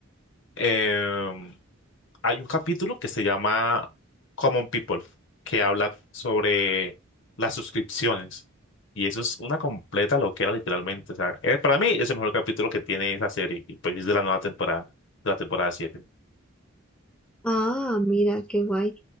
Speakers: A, on the left (about 65°); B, in the centre.
A: em, hay un capítulo que se llama Common People, que habla sobre las suscripciones. Y eso es una completa loquera, literalmente. O sea, eh, para mí es el mejor capítulo que tiene esa serie. Y pues es de la nueva temporada, de la temporada 7.
B: Ah, mira, qué guay.